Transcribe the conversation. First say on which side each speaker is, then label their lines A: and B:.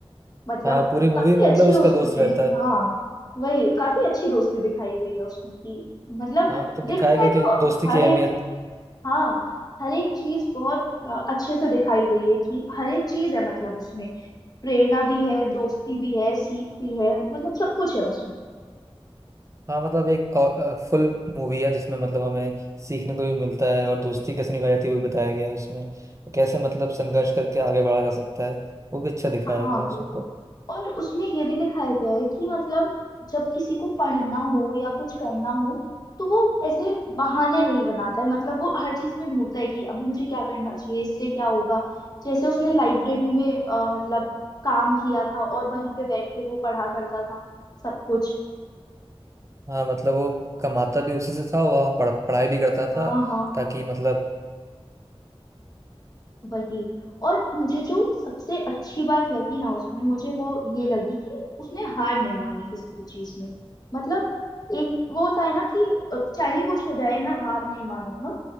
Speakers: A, on the left; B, on the right.
A: मतलब
B: हाँ पूरी मूवी
A: काफी
B: में
A: अच्छी
B: मतलब उसका
A: है उसमें
B: दोस्त रहता है
A: हाँ वही काफी अच्छी दोस्ती दिखाई गई है उसमें कि मतलब
B: हाँ मतलब
A: देखा
B: दिखाया गया
A: जाए
B: कि
A: तो
B: दोस्ती
A: हर
B: की अहमियत
A: एक हाँ हर एक चीज बहुत अ, अच्छे से दिखाई गई है कि हर एक चीज है मतलब उसमें प्रेरणा भी है दोस्ती भी है सीख भी है मतलब सब कुछ है उसमें
B: हाँ मतलब एक फुल मूवी है जिसमें मतलब हमें सीखने को भी मिलता है और दोस्ती कैसे निभाई जाती है वो भी बताया गया है उसमें तो कैसे मतलब संघर्ष करके आगे बढ़ा जा सकता है वो भी अच्छा दिखाया
A: हाँ
B: गया है उसमें
A: बिल्कुल
B: तो
A: और उसमें ये भी दिखाया गया है कि मतलब जब किसी को पढ़ना हो या कुछ करना हो तो वो ऐसे बहाने नहीं बनाता है मतलब वो हर चीज में ढूंढता है कि अब मुझे क्या करना चाहिए इससे क्या होगा जैसे उसने लाइब्रेरी में अ, मतलब काम किया था और वहीं पे बैठ के वो पढ़ा करता था सब कुछ
B: हाँ मतलब वो कमाता भी उसी से था वहाँ पढ़, पढ़ाई भी करता
A: हाँ
B: था
A: हाँ हाँ
B: ताकि मतलब
A: वही और मुझे जो सबसे अच्छी बात लगी ना उसमें मुझे वो ये लगी कि उसने हार नहीं मानी किसी भी चीज में मतलब एक वो होता है ना कि अ, चाहे कुछ हो जाए मैं हार नहीं मानूंगा